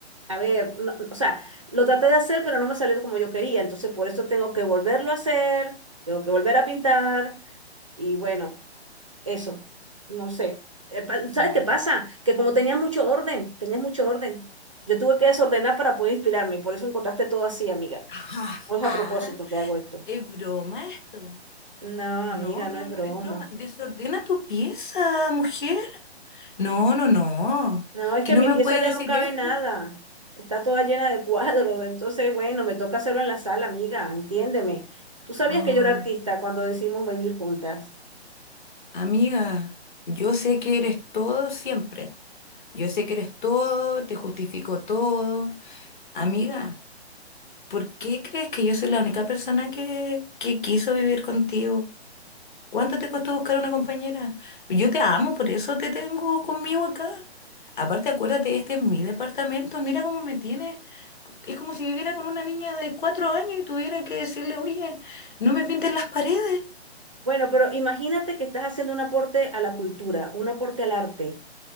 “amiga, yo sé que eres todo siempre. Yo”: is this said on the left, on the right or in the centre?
Left